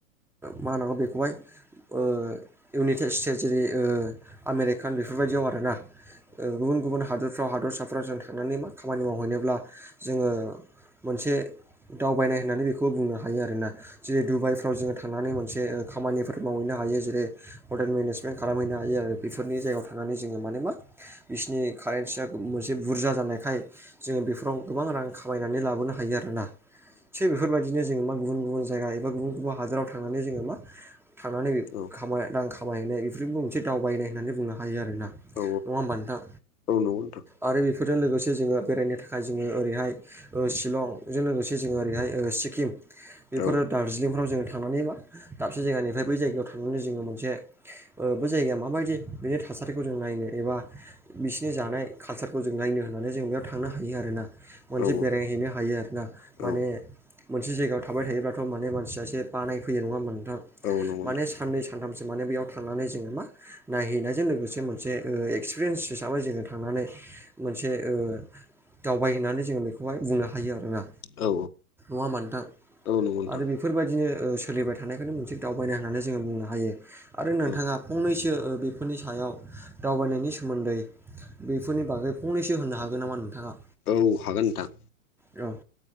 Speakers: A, in the centre; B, on the left (about 80°).
A: मा होनांगौ बेखौहाय ओ-इउनाइटेड स्टेट जेरै ओ- आमेरिकान बेफोरबायदियाव आरोना। ओ-गुबुन गुबुन हादरफ्राव हादरसाफ फोराव जों थांनानै मा खामानि मावहैनोब्ला जोङो मोनसे दावबायनाय होननानै बेखौ बुंनो हायो आरोना। जेरै डुबाइफ्राव जोङो था थांनानै मोनसे ओ-खामानिफोर मावहैनो हायो जेरै हटेल मेनेजमेन्ट खालामहैनो हायो आरो। बेफोरनि जायगायाव थांनानै जोङो माने मा? बिसिनि कारेन्सिया मोनसे बुरजा जानायखाय जोङो बेफोराव गोबां रां खामायनानै लाबोनो हायो आरोना। थिग बेफोरबाय दिनो जोङो मा गुबुन गुबुन जायगा एबा गुबुन गुबुन हादोराव थांनानै जोङो मा थांनानै
B: औ
A: खाम रां खामायहैनाय बेफोरबो मोनसे दावबायनाय होननानै बुंनो हायो आरोना।
B: औ
A: नङा होनबा नोंथां।
B: नंगौ नोंथां
A: आरो बेफोरजों लोगोसे जोङो बेरायनो थाखाय जोङो ओरैहाय ओ- शिलंजों लोगोसे जोङो ओरैहाय सिकिम बेफोरो
B: औ
A: दार्जिलिंफ्राव जोङो थांनानै मा दाबसे जायगानिफ्राय बै जायगायाव थांनानै जोङो मोनसे ओ बै जायगाया माबायदि बेनि थासारिखौ जों नायनो एबा बिसिनि जानाय कालसारखौ जों नायनो होननानै जों बेयाव थांनो हायो आरोना खनसे
B: औ
A: बेरायहैनो हायो आरोना
B: औ
A: माने मोनसे जायगायाव थाबाय थायोब्लाथ' माने मानसिया एसे बानायफैयो नङा होनबा नोंथां
B: औ नंगौ नोंथां
A: माने साननै सानथामसो माने बेयाव थांनानै जोङो मा? नायहैनायजों लोगोसे मोनसे एक्सपिरियेन्स हिसाबै जोङो थांनानै मोनसे ओ- दावबाय होननानै जोङो बेखौहाय बुंनो हायो आरोना नङा
B: औ
A: होनबा नोंथां
B: औ नंगौ नोंथां
A: आरो- फोरबायदि ओ सोलिबाय थानायखौनो मोनसे दावबायनाय होननानै जोङो बुंनो हायो आरो नोंथाङा
B: औ
A: फंनैसो बेफोरनि सायाव दावबायनायनि सोमोन्दै बेफोरनि बागै फंनैसो होनो हागोन नामा नोंथाङा?
B: औ हागोन नोंथां।
A: औ।